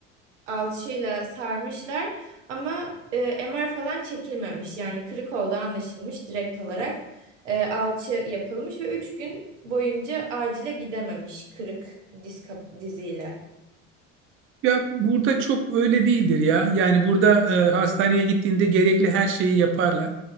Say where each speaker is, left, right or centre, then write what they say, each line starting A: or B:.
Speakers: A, on the right; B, on the right.
A: alçıyla sarmışlar ama e, MR falan çekilmemiş. Yani kırık olduğu anlaşılmış direkt olarak e, alçı yapılmış ve 3 gün boyunca acile gidememiş kırık diz kap- diziyle.
B: Ya burada çok öyle değildir ya. Yani burada e, hastaneye gittiğinde gerekli her şeyi yaparlar.